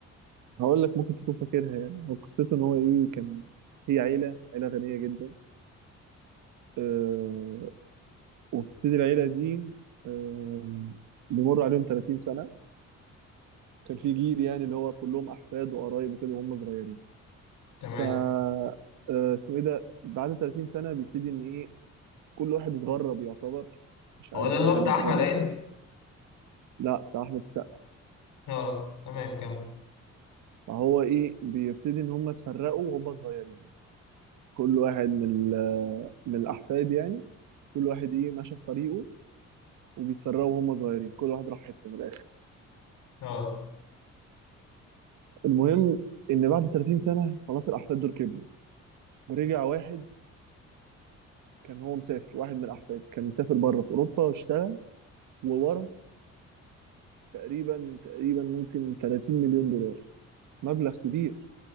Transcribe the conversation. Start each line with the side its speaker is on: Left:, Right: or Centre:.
Right: آه، هقول لك ممكن تكون فاكرها يعني هو قصته ان هو ايه كان هي عيله عيله غنيه جدا آه، وبتبتدي العيله دي آه، بيمر عليهم 30 سنه كان في جيل يعني اللي هو كلهم احفاد وقرايب وكده وهم صغيرين
Left: تمام
Right: ف آه، اسمه ايه ده بعد 30 سنه بيبتدي ان ايه كل واحد اتغرب يعتبر مش
Left: هو
Right: عارف
Left: ده اللي
Right: واحد
Left: هو بتاع
Right: اتغرب
Left: احمد عز
Right: لا بتاع احمد السقا
Left: اه تمام كم
Right: فهو ايه بيبتدي ان هم اتفرقوا وهم صغيرين كل واحد من ال- من الاحفاد يعني كل واحد ايه ماشي في طريقه وبيتفرقوا وهم صغيرين كل واحد راح حته من الاخر
Left: اه
Right: المهم ان بعد 30 سنه خلاص الاحفاد دول كبروا ورجع واحد كان هو مسافر واحد من الاحفاد كان مسافر بره في اوروبا واشتغل وورث تقريبا تقريبا ممكن 30 مليون دولار مبلغ كبير